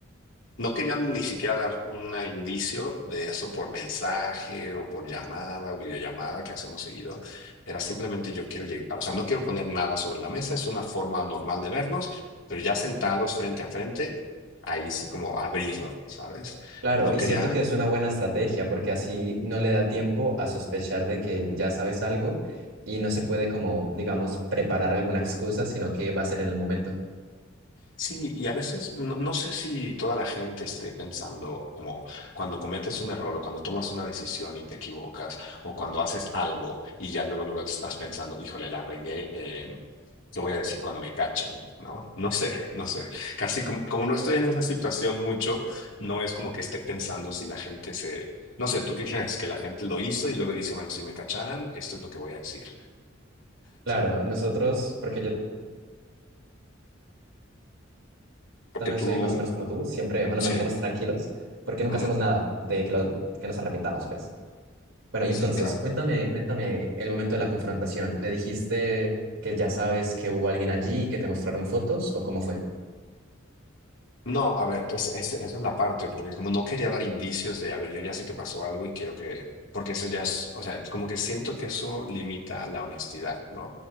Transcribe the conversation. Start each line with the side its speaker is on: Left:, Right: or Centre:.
Left: No querían ni siquiera dar un indicio de eso por mensaje o por llamada o videollamada que hacemos seguido. Era simplemente yo quiero llegar, o sea, no quiero poner nada sobre la mesa, es una forma normal de vernos, pero ya sentados frente a frente, ahí sí como abrirlo, ¿sabes?
Right: Claro,
Left: No
Right: y
Left: quería.
Right: siento que es una buena estrategia porque así no le da tiempo a sospechar de que ya sabes algo y no se puede como, digamos, preparar alguna excusa, sino que va a ser en el momento.
Left: Sí, y a veces no, no sé si toda la gente esté pensando como cuando cometes un error o cuando tomas una decisión y te equivocas o cuando haces algo y ya luego, luego estás pensando, híjole, la regué, eh, ¿qué voy a decir cuando me cachen? ¿No? No sé, no sé. Casi como, como no estoy en esa situación mucho, no es como que esté pensando si la gente se... No sé, ¿tú qué crees? Que la gente lo hizo y luego dice, bueno, si me cacharan, esto es lo que voy a decir.
Right: Claro,
Left: Sí,
Right: nosotros, porque yo
Left: Porque
Right: también
Left: tú...
Right: soy más o menos como tú, siempre nos
Left: Sí.
Right: mantenemos tranquilos porque nunca
Left: ujú,
Right: hacemos nada de que, lo- que nos arrepintamos, pues. Bueno, y entonces,
Left: Sí, claro.
Right: cuéntame, cuéntame el momento de la confrontación. ¿Le dijiste que ya sabes que hubo alguien allí, que te mostraron fotos o cómo fue?
Left: No, a ver, es, es- esa es la parte, porque como no quería dar indicios de, a ver, yo ya sé que pasó algo y quiero que, porque eso ya es, o sea, como que siento que eso limita la honestidad, ¿no?